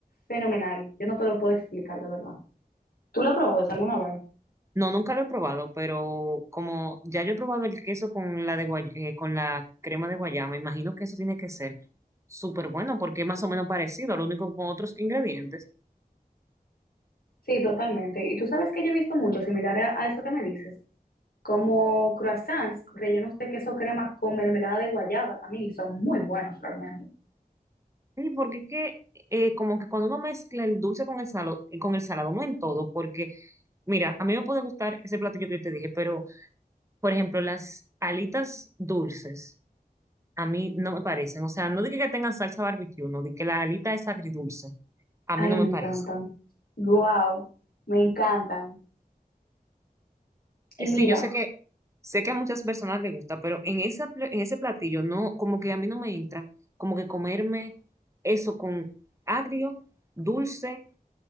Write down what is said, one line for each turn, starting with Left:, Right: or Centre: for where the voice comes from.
Left: fenomenal. Yo no te lo puedo explicar de verdad. ¿Tú lo has probado eso
Right: Sí,
Left: alguna vez?
Right: No, nunca lo he probado, pero como ya yo he probado el queso con la de guay- eh, con la crema de guayaba, imagino que eso tiene que ser súper bueno porque es más o menos parecido, lo único con otros ingredientes.
Left: Sí, totalmente. Y tú sabes que yo he visto mucho similar a, a eso que me dices, como croissants rellenos de queso crema con mermelada de guayaba también, y son muy buenos realmente.
Right: Sí, porque es que eh, como que cuando uno mezcla el dulce con el salado, con el salado, no en todo, porque mira, a mí me puede gustar ese platillo que yo te dije, pero por ejemplo, las alitas dulces a mí no me parecen, o sea, no dije que tengan salsa barbecue, no dije que la alita es agridulce, a
Left: Ay,
Right: mí no
Left: me
Right: me parece.
Left: encantan. Wow, me encantan. Y
Right: Eh, Sí,
Left: mira,
Right: yo sé que sé que a muchas personas les gusta, pero en esa, pla- en ese platillo no, como que a mí no me entra, como que comerme eso con agrio, dulce